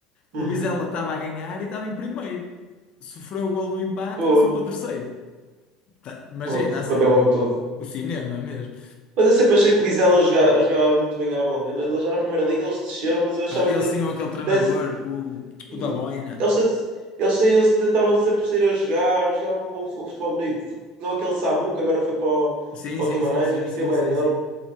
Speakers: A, on the right; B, on the left.
A: Uhum.
B: O Vizela estava a ganhar e estava em primeiro. Sofreu o gol do empate,
A: Pô,
B: passou para terceiro. Tá, imagina
A: pô,
B: a
A: perdeu
B: cena.
A: logo tudo.
B: O cinema mesmo.
A: Mas eu sempre achei que o Vizela jogava, jogava muito bem à bola. Eu- Ele já na primeira liga eles desceram, mas eu achava
B: Ah, ele
A: que
B: sim, ou aquele treinador,
A: dez-
B: o,
A: sim,
B: o da Boina.
A: eles, eles, saíam- eles tentavam sempre sair a jogar, jogavam um bom fu- futebol bonito. Não aquele Samu que agora foi para o,
B: Sim,
A: para
B: sim,
A: o Guimarães,
B: sim, sim,
A: eu curtia
B: sim,
A: bem
B: sim,
A: dele.
B: sim.